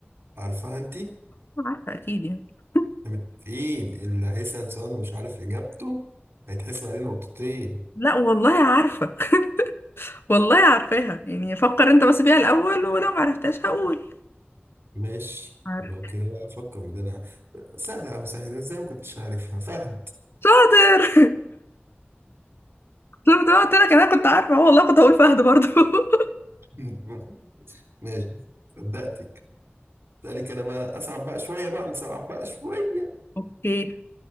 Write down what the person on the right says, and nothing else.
عارفاها انتي
احنا متفقين اللي هيسأل سؤال ومش عارف إجابته هيتحسب عليه نقطتين
ماشي
لو كده بقى أفكر من أنا سهلة أوي سهلة إزاي ما كنتش عارفها فهد
<laughs> ماشي صدقتك أسألك أنا بقى أصعب بقى شوية بقى نصعب بقى شوية